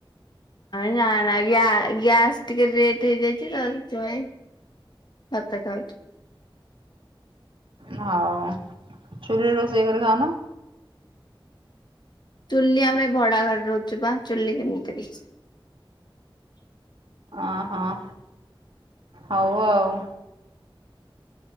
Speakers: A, on the left; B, on the right.
A: ନା ନା ଗ୍ୟା ଗ୍ୟାସ ଟିକେ ରେଟ ହେଇଯାଇଛି ସେଥିପାଇଁ ଭାତ ଖାଉଛୁ।
B: ହଉ, ଚୁଲିରେ ରୋଷେଇ କରି ଖାଉନ?
A: ଚୁଲି, ଆମେ ଭଡା ଘରେ ରହୁଛୁ ପା ଚୁଲି କେମିତିରେ
B: ଅଁ ହଁ ହଉ ଆଉ।